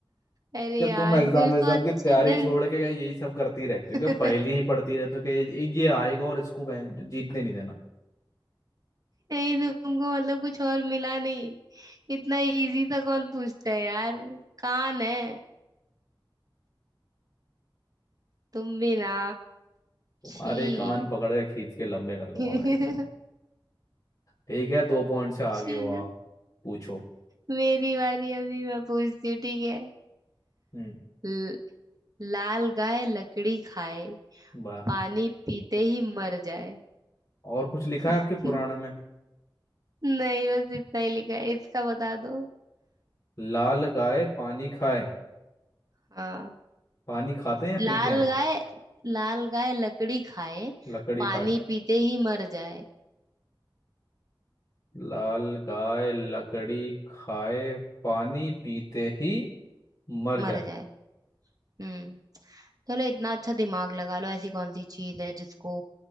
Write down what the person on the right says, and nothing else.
अरे
यार
कुछ
तो अच्छे
ढंग
<laughs>
नहीं तुमको मतलब कुछ और मिला नहीं इतना इजी था कौन पूछता है यार कान है तुम भी ना
छी
<laughs>
चलो
मेरी बारी अभी मैं पूछती हूँ ठीक है
ल- लाल गाय लकड़ी खाए
पानी पीते ही मर जाए
<laughs>
नहीं बस इतना ही लिखा है इसका बता दो
हाँ
लाल
गाय लाल गाय लकड़ी खाए
पानी
पीते ही मर जाए
मर
जाए हम्म चलो इतना अच्छा दिमाग लगा लो ऐसी कौन सी चीज है जिसको